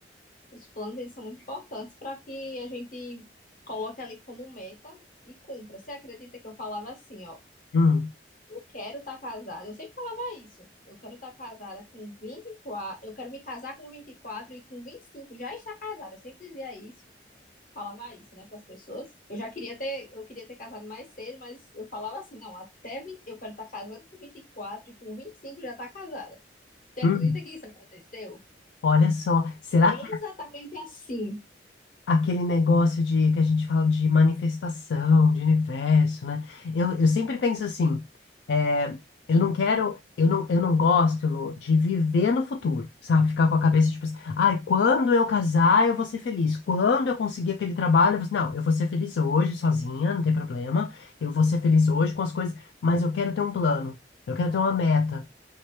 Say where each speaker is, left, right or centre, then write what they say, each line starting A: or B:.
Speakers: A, on the left; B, on the left.
A: Os planos, eles são muito importantes para que a gente coloque ali como meta e cumpra. Você acredita que eu falava assim, ó,
B: Hum,
A: eu quero estar casada. Eu sempre falava isso. Eu quero estar casada com 24. eu quero me casar com vinte e quatro e com 25 já estar casada. Eu sempre dizia isso, falava isso, né, para as pessoas. Eu já queria ter, eu queria ter casado mais cedo, mas eu falava assim, não, até vinte, eu quero estar casada com 20 e quatro e com 25 já estar casada. Você acredita
B: hum.
A: que isso aconteceu?
B: Olha só, será
A: Exatamente assim.
B: aquele negócio de que a gente fala de manifestação, de universo, né? Eu, eu sempre penso assim, é, eu não quero, eu não, eu não gosto, Elô, de viver no futuro, sabe? Ficar com a cabeça tipo assim, ai, quando eu casar eu vou ser feliz, quando eu conseguir aquele trabalho, eu vou... não, eu vou ser feliz hoje sozinha, não tem problema, eu vou ser feliz hoje com as coisas, mas eu quero ter um plano, eu quero ter uma meta.